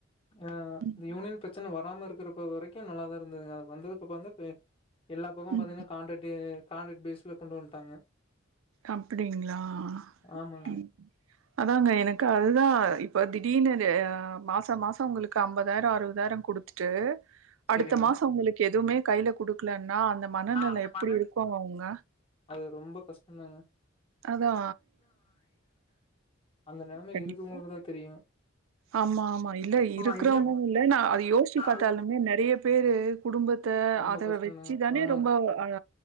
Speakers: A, on the left; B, on the right.
A: ஆ
B: ம்
A: இந்த யூனியன் பிரச்சன வராம இருக்குறப்ப வரைக்கு நல்லாதா இருந்ததுங்க அது வந்ததுக்கு அப்றோ தா பே எல்லா பக்கோ பாத்தீங்கன்னா
B: ம்
A: கான்ரைட்டு கான்ரைட் பேஸ்ல கொண்டு வந்துட்டாங்க
B: அப்டிங்ளா ம்
A: ஆமாங்க.
B: அதாங்க எனக்கு அதுதா இப்ப திடீர்னு இது அ மாச மாச ஒங்ளுக்கு ஐம்பதாயிர அறுவதாயிர குடுத் திட்டு
A: சரிங்க.
B: அடுத்த மாசோ ஒங்ளுக்கு எதுமே கையில குடுக்லன்னா அந்த மனநெல
A: ஆ அந்த
B: எப்டி
A: மன
B: இருக்கு அவுங்க
A: அது ரொம்ப கஷ்ட்டதாங்க
B: அதா
A: அந்த நெலமை
B: கண்டிப்பா
A: இருக்றவங்களுக்குதா தெரியு
B: ஆமா ஆமா இல்ல
A: ஆமா
B: இருக்கிறவங்கன்
A: ம்.
B: இல்ல நா அத யோசுச்சு பாத்தாலுமே
A: அது
B: நெறைய பேரு குடும்பத்த
A: ரொம்ப
B: அத
A: கஷ்டந்தாங்க.
B: வெச்சி தானே
A: ஆமாங்க.
B: ரொம்ப அ